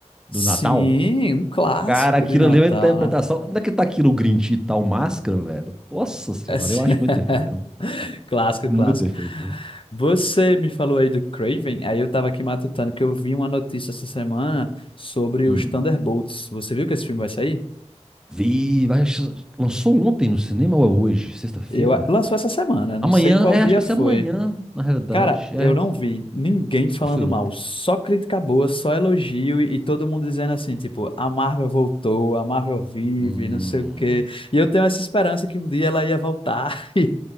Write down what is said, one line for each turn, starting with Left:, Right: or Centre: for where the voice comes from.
Centre: do
Left: sim,
Centre: Natal?
Left: um clássico
Centre: Cara, aquilo
Left: de Natal,
Centre: ali é uma interpretação.
Left: né?
Centre: Onde é que tá aquilo, o Grinch e tal máscara, velho? Nossa senhora,
Left: Assim,
Centre: eu acho muito perfeito,
Left: <laughs>
Centre: viu?
Left: Clássico,
Centre: É muito
Left: clássico.
Centre: perfeito.
Left: Você me falou aí do Craven, aí eu tava aqui matutando que eu vi uma notícia essa semana sobre
Centre: Hum.
Left: os Thunderbolts. Você viu que esse filme vai sair?
Centre: Vi, acho- lançou ontem no cinema ou é hoje? Sexta-feira?
Left: Eu, lançou essa semana, não
Centre: Amanhã,
Left: sei qual
Centre: é,
Left: dia
Centre: acho que vai
Left: foi.
Centre: ser amanhã, na realidade,
Left: Cara, eu
Centre: é.
Left: não vi ninguém falando
Centre: Ou foi ontem?
Left: mal, só crítica boa, só elogio e, e todo mundo dizendo assim, tipo, a Marvel voltou, a Marvel vive,
Centre: Hum,
Left: não sei o quê. E eu tenho essa esperança que um dia ela ia voltar. <laughs> E,